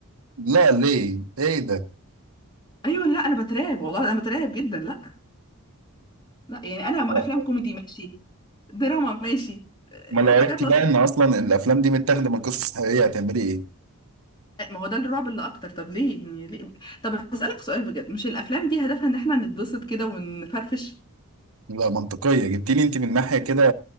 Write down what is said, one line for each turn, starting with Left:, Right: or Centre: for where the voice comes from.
Right: لا ليه؟ إيه ده؟
Left: ايوه لا انا بترعب والله انا بترعب جدا لا لا يعني انا
Right: لا.
Left: افلام كوميدي ماشي دراما ماشي آه،
Right: ما لو
Left: حاجات
Right: عرفتي
Left: لطيفه
Right: بقى إن أصلا الأفلام دي متاخدة من قصص حقيقية هتعملي إيه؟
Left: ما هو ده الرعب اللي اكتر طب ليه يعني ليه طب هسألك سؤال بجد مش الافلام دي هدفها ان احنا نتبسط كده ونفرفش
Right: لا منطقية جبتيني أنت من ناحية كده